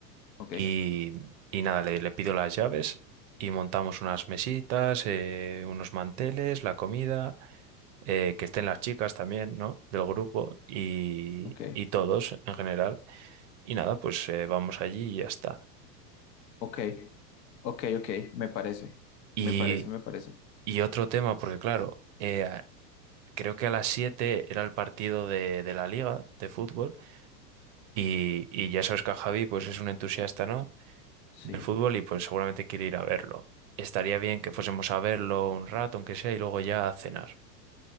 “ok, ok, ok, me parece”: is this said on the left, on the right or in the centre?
Left